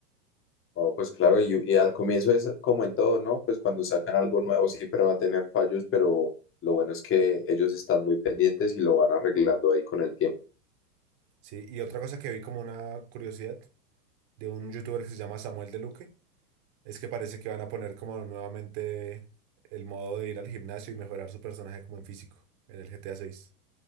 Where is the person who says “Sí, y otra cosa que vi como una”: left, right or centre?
Right